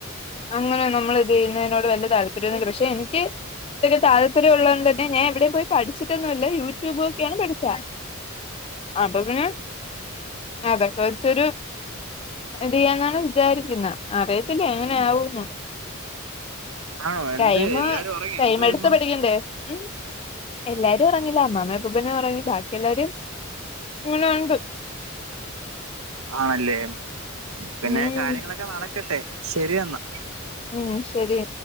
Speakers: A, on the left (about 25°); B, on the right (about 85°).
A: അങ്ങനെ നമ്മൾ ഇത് ചെയ്യുന്നതിനോട് വലിയ താല്പര്യംന്നില്ല പക്ഷെ എനിക്ക് ഇതോക്കെ താല്പര്യള്ളത് കൊണ്ട് തന്നെ ഞാൻ എവിടെ പോയി പഠിച്ചിട്ടൊന്നുല്ല യൂട്യൂബ് ഒക്കെയാണ് പഠിചേ ആ അപ്പൊ പിന്നെ അതോക്കെ വച്ചൊരു ഇത് ചെയ്യാന്നാണ് വിചാരിക്കുന്നെ അറിയത്തില്ല എങ്ങനെയാവും
B: ആണോ എന്ത്
A: ടൈംമ്
B: എല്ലാരും ഉറങ്ങിയോ
A: ടൈം
B: എന്തുവായിരുന്നു
A: എടുത്ത് പഠിക്കണ്ടേ ഉം എല്ലാരും ഉറങ്ങില്ല അമ്മാമ്മേം അപ്പാപ്പനും ഉറങ്ങി ബാക്കി എല്ലാവരും <unintelligible> ഉണ്ട്
B: ആണല്ലേ പിന്നെ
A: ഉം
B: കാര്യങ്ങളൊക്കെ നടക്കട്ടെ ശരിയെന്നാ
A: ഉം ശരി